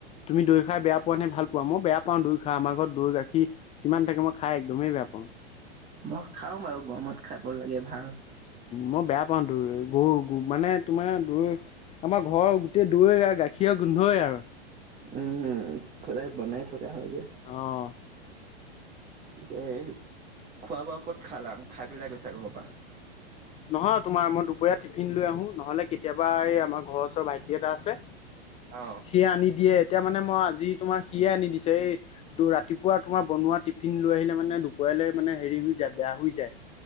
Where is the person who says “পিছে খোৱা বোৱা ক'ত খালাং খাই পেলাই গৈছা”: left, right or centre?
Right